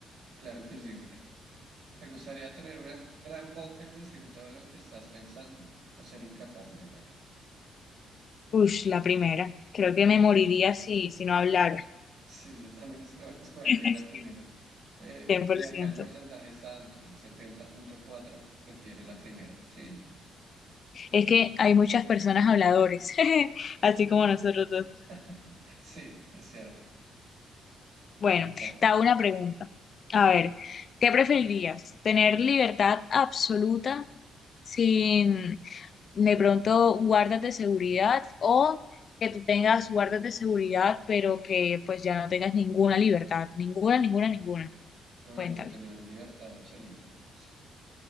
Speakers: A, on the right (about 70°); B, on the left (about 50°).
A: Claro que sí, mira. ¿Te gustaría tener una gran boca y decir todo lo que estás pensando o ser incapaz de hablar?
B: Uy, la primera. Creo que me moriría si, si no hablara.
A: Sí, yo también esco- escogería
B: <laughs>
A: la primera. Eh,
B: cien
A: y
B: por ciento
A: acá el porcentaje está alto, el 70.4 prefiere la primera. Sí,
B: Es que hay muchas personas habladores, <laughs> así
A: Hmm.
B: como nosotros dos.
A: <laughs> sí, es cierto.
B: Bueno,
A: Dale.
B: te hago una pregunta. A ver, ¿qué preferirías? ¿Tener libertad absoluta sin de pronto guardas de seguridad o que tú tengas guardas de seguridad pero que pues ya no tengas ninguna libertad? Ninguna, ninguna, ninguna.
A: Uy,
B: Cuéntale.
A: no, tener libertad absoluta.